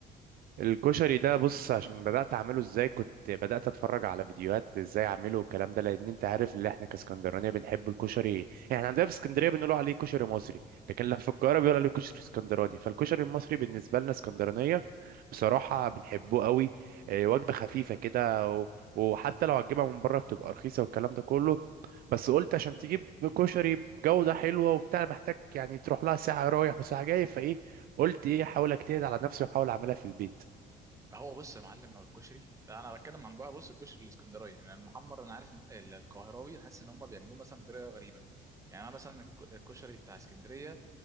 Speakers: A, on the right (about 60°); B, on the right (about 20°).
A: الكشري ده بص عشان بدأت أعمله إزاي كنت بدأت أتفرج على فيديوهات إزاي أعمله والكلام ده لأن أنت عارف اللي إحنا كاسكندرانية بنحب الكشري يعني عندنا في اسكندرية بنقولوا عليه كشري مصري لكن لما في القاهرة بيقولوا عليه كشري اسكندراني فالكشري المصري بالنسبة لنا اسكندرانية بصراحة بنحبه قوي إيه، وجبة خفيفة كده و- وحتى لو هتجيبها من بره بتبقى رخيصة والكلام ده كله بس قلت عشان تجيب كشري بجودة حلوة وبتاع محتاج يعني تروح لها ساعة رايح وساعة جاي فإيه قلت إيه أحاول أجتهد على نفسي وأحاول أعملها في البيت
B: هو بص يا معلم هو الكشري انا بتكلم عن بقى بص الكشري الاسكندراني يعني المحمر انا عارف ان ال- القاهراوي أنا حاسس ان هم بيعملوه مثلا بطريقه غريبه يعني انا مثلا الك- الكشري بتاع اسكندريه